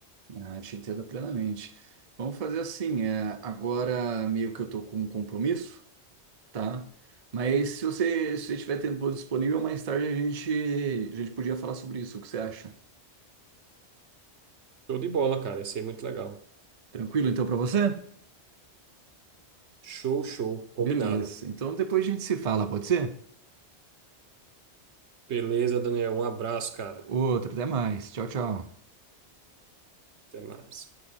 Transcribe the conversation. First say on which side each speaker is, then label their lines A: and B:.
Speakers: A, on the right; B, on the right.
A: ah, te entendo plenamente. Vamos fazer assim, é, agora meio que eu tô com um compromisso, tá? Mas se você, se você tiver tempo disponível, mais tarde a gente, a gente podia falar sobre isso. O que você acha?
B: Show de bola, cara. Isso aí é muito legal.
A: Tranquilo então pra você?
B: Show, show. Combinado.
A: Beleza. Então depois a gente se fala, pode ser?
B: Beleza, Daniel. Um abraço, cara.
A: Outro, até mais. Tchau, tchau.
B: Até mais.